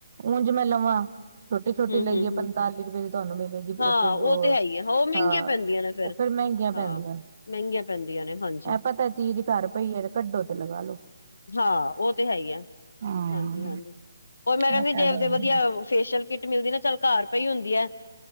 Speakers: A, on the right; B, on the left.
A: ਉਂਜ ਮੈਂ ਲਵਾਂ ਛੋਟੀ ਛੋਟੀ
B: ਹੂੰ,
A: ਲਈਏ
B: ਹੂੰ,
A: ਪੰਤਾਲੀ
B: ਹੂੰ
A: ਰੁਪਏ ਤੁਹਾਨੂੰ ਮਿਲੇਗੀ ਵੀ
B: ਹਾਂ
A: ਇੱਕ ਉਹ
B: ਤੇ ਹੈ ਹੀ ਹੈ ਉਹ ਮਹਿੰਗੀਆਂ
A: ਹਾਂ
B: ਪੈਂਦੀਆਂ ਨੇ
A: ਉਹ ਫੇਰ ਮਹਿੰਗੀਆਂ ਪੈਂਦੀਆਂ
B: ਹਾਂ।
A: ਨੇ।
B: ਮਹਿੰਗੀਆਂ ਪੈਂਦੀਆਂ ਨੇ ਹਾਂਜੀ
A: ਇਹ ਪਤਾ ਚੀਜ਼ ਕਰ ਪਈ ਹੈ ਤੇ ਕੱਢੋ ਤੇ ਲਗਾਾਲੋ।
B: ਹਾਂ, ਉਹ ਤੇ ਹੈ ਈ ਆ।
A: ਹਾਂ,
B: ਹਾਂਜੀ, ਹਾਂਜੀ। ਉਹ ਮੈਂ ਕਹਿੰਦੀ
A: ਇਹ ਤਾਂ
B: ਜੇ
A: ਗੱਲ
B: ਵਧੀਆ
A: ਏ
B: ਫੇਸ਼ੀਅਲ ਕਿੱਟ ਮਿਲਦੀ ਨਾ ਚੱਲ ਘਰ ਪਈ ਹੁੰਦੀ ਐ।